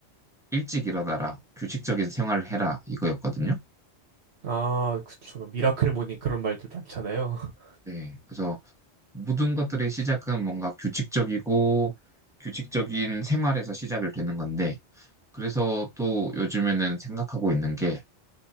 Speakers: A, in the centre; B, on the right.
A: 일찍 일어나라, 규칙적인 생활을 해라 이거였거든요.
B: 아, 그쵸. 뭐 미라클 모닝 그런 말들 많잖아요. <laughs>
A: 네, 그래서 모든 것들의 시작은 뭔가 규칙적이고 규칙적인 생활에서 시작을 되는 건데, 그래서 또 요즘에는 생각하고 있는 게